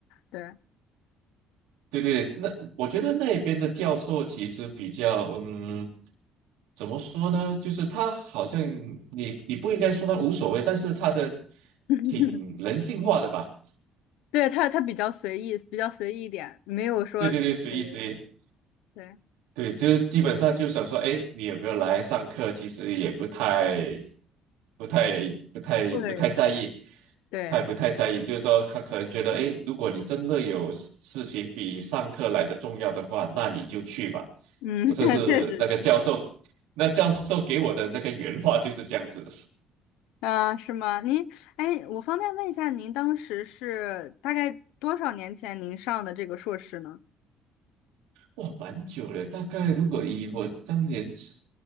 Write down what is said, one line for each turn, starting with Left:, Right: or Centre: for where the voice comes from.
Left: 对，
Right: 对对，那我觉得那边的教授其实比较嗯。怎么说呢？就是他好像你你不应该说他无所谓，但是他的
Left: <laughs>
Right: 挺人性化的吧。
Left: 对他他比较随意，比较随意一点，没有说，
Right: 对对对，
Left: 对对对
Right: 随意随意，
Left: 对
Right: 对，就基本上就想说，哎，你有没有来上课？其实也不太、不太、不太、
Left: 对
Right: 不太在意，
Left: 对，
Right: 太不太在意。就是说，他可能觉得，哎，如果你真的有事事情比上课来的重要的话，那你就去吧。
Left: 嗯，
Right: 我这是那个教授，
Left: <laughs> 确实
Right: 那教授给我的那个原话就是这样子。
Left: 啊，是吗？您，哎，我方便问一下，您当时是大概多少年前您上的这个硕士呢？
Right: 哇，蛮久了，大概如果以我当年是